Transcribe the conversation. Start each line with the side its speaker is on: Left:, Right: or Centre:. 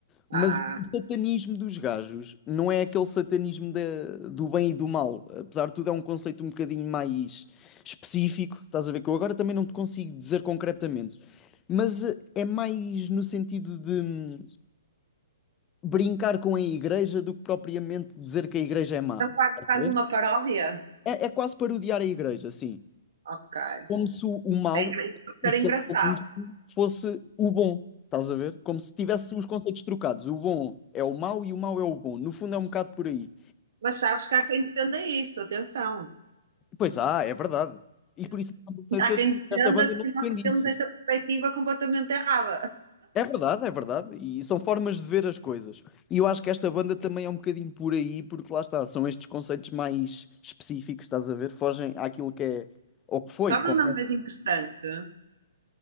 Left: mas
Right: Ah,
Left: o satanismo dos gajos não é aquele satanismo da- do bem e do mal. Apesar de tudo, é um conceito um bocadinho mais específico, estás a ver? Que eu agora também não te consigo dizer concretamente. Mas eh, é mais no sentido de hum, brincar com a igreja do que propriamente dizer que a igreja é má.
Right: então claro,
Left: Estás
Right: faz
Left: a ver?
Right: uma paródia?
Left: É, é quase parodiar a igreja, sim.
Right: Ok.
Left: como se o, o mal,
Right: É engra- isso pode ser
Left: o satanismo,
Right: engraçado.
Left: fosse o bom. Estás a ver? Como se tivesse os conceitos trocados. O bom é o mau e o mau é o bom. No fundo é um bocado por aí.
Right: Mas sabes que há quem defenda isso, atenção.
Left: Pois ah, é verdade. E por isso não sei
Right: Há
Left: se
Right: quem defenda
Left: esta banda não
Right: que
Left: defende
Right: nós temos
Left: isso.
Right: esta perspectiva completamente errada.
Left: É verdade, é verdade. E são formas de ver as coisas. E eu acho que esta banda também é um bocadinho por aí, porque lá está, são estes conceitos mais específicos, estás a ver? Fogem àquilo que é, ou que foi,
Right: Torna-na
Left: como é
Right: mais interessante.